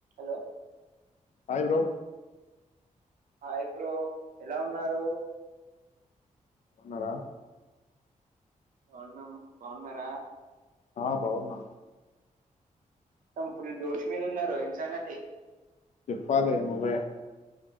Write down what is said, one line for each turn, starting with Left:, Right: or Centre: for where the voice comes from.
Right: Hello
Left: hi bro
Right: ఆ hi bro ఎలా ఉన్నారు
Left: పోన్నార
Right: అవున్నా బాగున్నార
Left: ఆ బాగున్నా
Right: తమ్ ఫుల్ జోష్ మీద ఉన్న రోహన సంగతి
Left: చెప్పాలా ఎను్వ